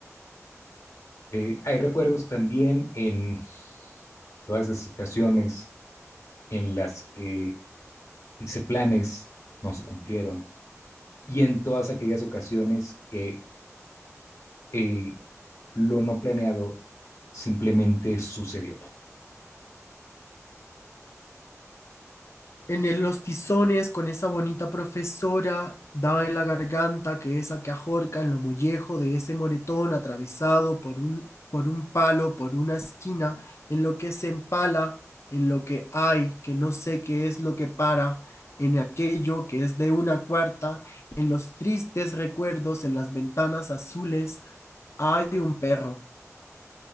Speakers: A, on the left; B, on the left.
A: Eh, hay recuerdos también en todas esas ocasiones en las que hice planes, no se cumplieron, y en todas aquellas ocasiones que eh, lo no planeado simplemente sucedió.
B: en el- los tizones con esa bonita profesora, daba en la garganta, que esa que ajorca en lo mollejo de ese moretón atravesado por un, por un palo, por una esquina, en lo que se empala, en lo que hay, que no sé qué es lo que para, en aquello que es de una cuarta, en los tristes recuerdos, en las ventanas azules, hay un perro.